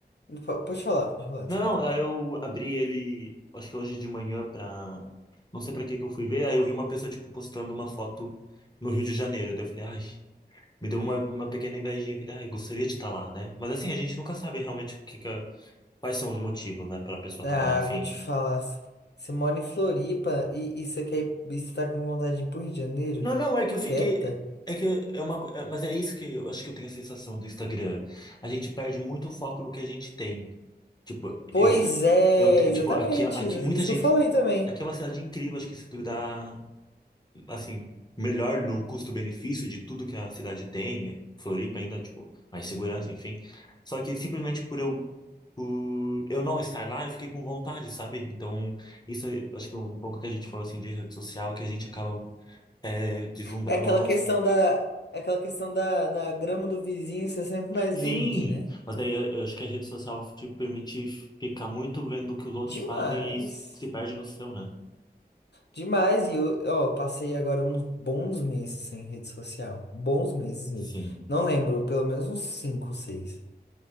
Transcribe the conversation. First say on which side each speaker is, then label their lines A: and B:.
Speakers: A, on the left; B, on the left.
A: po- Pode falar, pode falar, desculpa.
B: Não, não, aí eu abri ele, acho que hoje de manhã pra. Não sei pra que que eu fui ver, aí eu vi uma pessoa, tipo, postando uma foto no Rio de Janeiro. Daí eu falei, ai, me deu uma, uma pequena invejinha. Eu falei, ai, gostaria de estar lá, né? Mas assim, a gente nunca sabe realmente o que que a- quais são os motivos, né, pra pessoa
A: Ah,
B: estar lá, enfim.
A: vou te falar. s- Você mora em Floripa e, e você quer ir, e você tá com vontade de ir pro Rio de Janeiro?
B: Não, não, é que eu fiquei.
A: Quieta?
B: É que é uma. co- é- Mas é isso que eu acho que eu tenho a sensação do Instagram. A gente perde muito o foco no que a gente tem. Tipo,
A: Pois
B: eu,
A: é,
B: eu, te-
A: exatamente.
B: tipo, aqui, aqui
A: Isso
B: muita
A: isso
B: gente.
A: que eu falei também.
B: Aqui é uma cidade incrível, acho que se tu dá assim, melhor no custo-benefício de tudo que a cidade tem, Floripa ainda, tipo, mais segurança, enfim. Só que simplesmente por eu, por eu não estar lá, eu fiquei com vontade, sabe? Então, isso é, acho que é um pouco que a gente falou assim de rede social, que a gente acaba é, deslumbrando
A: É aquela
B: algumas.
A: questão
B: coisas.
A: da. é Aquela questão da, da grama do vizinho ser sempre mais
B: Sim!
A: verde, né?
B: Mas daí eu, eu acho que a rede social te permite ficar muito vendo o que os outros
A: Demais.
B: fazem e se perde no seu, né?
A: Demais. E eu, ó, passei agora uns bons meses sem rede social. Bons meses mesmo.
B: Sim,
A: Não lembro, pelo menos uns 5, 6.